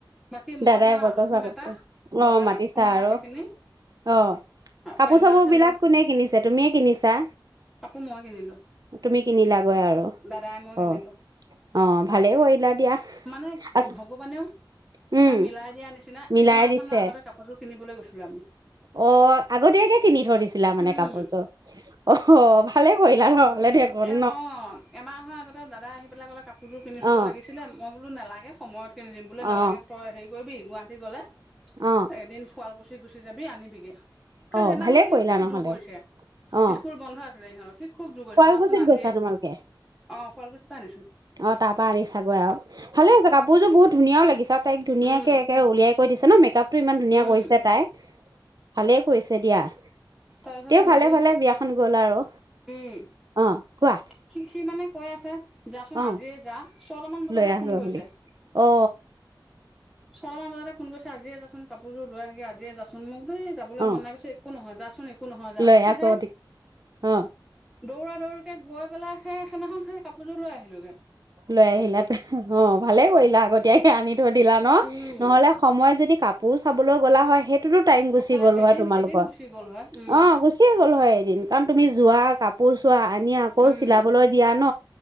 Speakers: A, in the centre; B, on the right (about 55°).
A: বাকী মই
B: দাদাই
A: ধৰা
B: বজাৰ
A: আলহী
B: চজাৰ
A: মাতা
B: কৰিছে আছে
A: বজাৰ
B: অ মাতিছে।
A: সমাৰ
B: আৰু
A: সেইখিনি
B: অ কাপোৰ
A: পেণ্ডেল
B: চাপোৰ
A: চেণ্ডেল
B: বিলাক কোনে কিনিছে তুমিয়ে কিনিছা
A: কাপোৰ মই কিনিলো
B: তুমি কিনিলাগৈ আৰু
A: দাদাই মই কিনিলো
B: অ। অ', ভালেই কৰিলা দিয়া
A: মানে
B: আচ
A: এ ভগৱানেও কিবা
B: উম,
A: মিলাই দিয়া নিচিনা
B: মিলাই
A: একমাহ
B: দিছে।
A: মানৰ আগতে কাপোৰযোৰ নিবলৈ গৈছিলোঁ আমি।
B: অ আগতীয়াকে কিনি থৈইদিছিলা মানে
A: উম
B: কাপোৰযোৰ অ ভালে কৰিলা ন দেখোন
A: এ অ এমাহৰ আগতে দাদা আহি পেলাই ক'লে কা কাপোৰ যোৰ কিনি'
B: অ',
A: থব লাগিছিলে মই বোলো নালাগে সময়ত কিনি দিম বোলে
B: অ',
A: নালাগে তই সেই কৰিব গুৱাহাটী গ'লে।
B: অ',
A: এদিন শুৱালকুছি গুচি যাবি আনিবিগে কাৰণ
B: অ',
A: সেইদিনাখন
B: ভালে
A: সি
B: কৰিলা
A: খুব
B: নহ'লে
A: জোৰ কৰিছে
B: অ',
A: স্কুল বন্ধ আছিলে সিহঁতৰ খুব যোৰ কৰিছে
B: শুৱালকুছিত
A: যাছো আজিয়ে
B: গৈছা
A: অ
B: তোমালোকে?
A: শুৱালকুছি পাই আনিছোঁ
B: অ তাৰ পৰা আনিছাগৈ আৰু ভালে আছে কাপোৰযোৰ বহুত ধুনীয়াও লাগিছে আৰু তাইক ধুনাকে
A: উম
B: একে উলিয়াই কৈ কৈ দিছে ন মেকাপ টো ইমান ধুনীয়া
A: উম
B: কৰিছে তাই ভালে কৈছে দিয়া তেওঁ
A: তাৰপিছতে হেৰি
B: ভালে ভালে বিয়াখন গ'ল আৰু
A: উম
B: অ কোৱা
A: সি সি মানে কৈ আছে যাচোন
B: অ
A: আজিয়ে যা ছয়টামান বজাতে
B: লৈ আহ
A: ফোন
B: গৈ
A: কৰিছে
B: বুলি অ
A: ছ মান বজাতে ফোন কৰিছে আজিয়ে যাচোন। কাপোৰযোৰ লৈ আহগি আজিয়ে যাচোন মোক দেই যাবলৈ
B: অ
A: মন নাই গৈছে একো নহয় যাচোন একো নহয় যা
B: লৈ
A: তাৰপিছত
B: আকৌ
A: হে
B: অ
A: দৌৰা দৌৰি এতিয়া গৈ পেলাই সেই সদিনাখন সেই কাপোৰযোৰ লৈ আহিলোঁগৈ।
B: লৈ আহিলা অ ভালে কৰিলা আগতয়াই। তে আনিত। দিলা ন
A: উম
B: নহলে সময় যদি কাকো। পোৰ চাবলৈ গ'লা হয় সেই টাইম গুচি
A: এফালে
B: গ'ল
A: এদিন
B: হয় তোমালোকৰ
A: এদিন গুচি গ'ল হয় উম
B: অ গুচিয়ে গ'ল হয় এদিন কে। তুমি যোৱা কাপোৰ চোৱা। এম আকৌ
A: উম
B: চিলাবলৈ দিয়া ন।